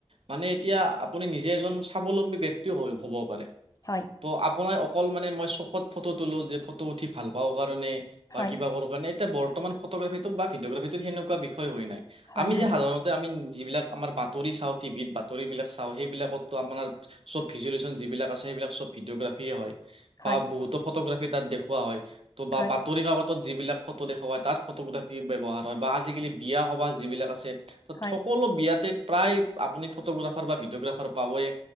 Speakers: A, on the right; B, on the left.
A: মানে এতিয়া আপুনি নিজে এজন স্বাৱলম্বী ব্ক্তিও হ'ব পাৰে।
B: হয়
A: ত' আপোনাৰ অকল মানে মই চকত ফটো তলো যে ফটো উঠি ভাল পাওঁ কাৰণে। বা
B: হয়
A: কিবা কৰো কাৰণ এটা বৰ্তমান ফটোগ্ৰফীটো বা ভিডিঅোগ্ৰফীটো হেনেকুৱা বিষয় নাই
B: হয়
A: আমি
B: হয়
A: যে সাধাৰণতে আমি যিবিলাক আমাৰ বাতৰি চাওঁ টিভিত বাতৰিবিলাক চাওঁ সেইবিলাকতো আমাৰ। চব ভিজুৱুলেশচন যিবিলাক আছে সেইবিলাকব ভিডিঅগ্ৰাফিয় হয়
B: হয়
A: বা বহুতো ফটোগ্ৰাফী তাত দেখুওৱা ত' বা
B: হয়
A: বাতৰি কাকত। তত যিবিলাক ফটো দেখা হয় তাত ফটোগ্ৰাফী ব্যৱহাৰ হয় বা আজিকালি বিয়া সবাহ যিবিলাক আছে। ত
B: হয়
A: সকলো বিয়াতে প্ৰায় আপুনি ফটোগ্ৰাফাৰ বা ভিডিঅগ্ৰাফাৰ পাবই।